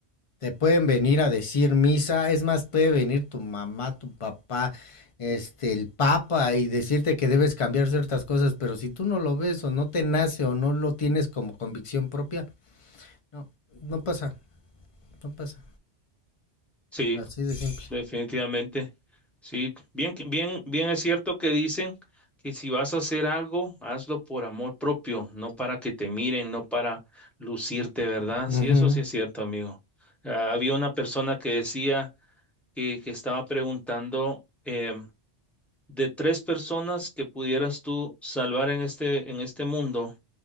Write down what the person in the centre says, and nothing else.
Sí,
definitivamente. Sí, bien, que- bien, bien es cierto que dicen que si vas a hacer algo, hazlo por amor propio, no para que te miren, no para lucirte, ¿verdad?
Sí, eso sí es cierto, amigo. Ah, había una persona que decía que, que estaba preguntando. em, de tres personas que pudieras tú salvar en este, en este mundo,